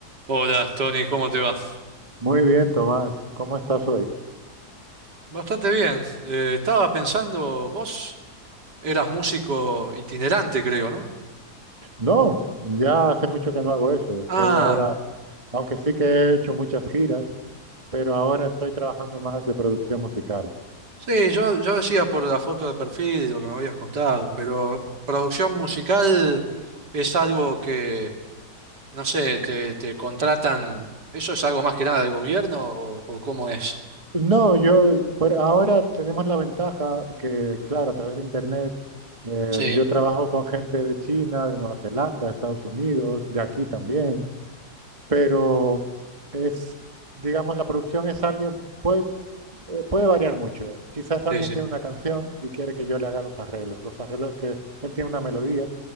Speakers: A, on the right; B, on the right.
A: Hola, Tony, ¿cómo te va?
B: Muy bien, Tomás. ¿Cómo estás hoy?
A: Bastante bien. Eh, estaba pensando, vos eras músico itinerante, creo, ¿no?
B: No, ya hace mucho que no hago eso. Estoy
A: Ah,
B: ahora, aunque sí que he hecho muchas giras, pero ahora estoy trabajando más de producción musical.
A: sí, yo, yo decía por la foto de perfil y lo que me habías contado, pero producción musical es algo que, no sé, te, te contratan, ¿eso es algo más que nada del gobierno o, o cómo es?
B: No, yo, por ahora tenemos la ventaja que, claro, a través de internet, eh,
A: Sí,
B: yo trabajo con gente de China, de Nueva Zelanda, Estados Unidos, de aquí también. pero es, digamos, la producción es alguien, puede, eh, puede variar mucho. Quizás alguien
A: sí, sí.
B: tiene una canción y quiere que yo le haga los arreglos. Los arreglos es que él tiene una melodía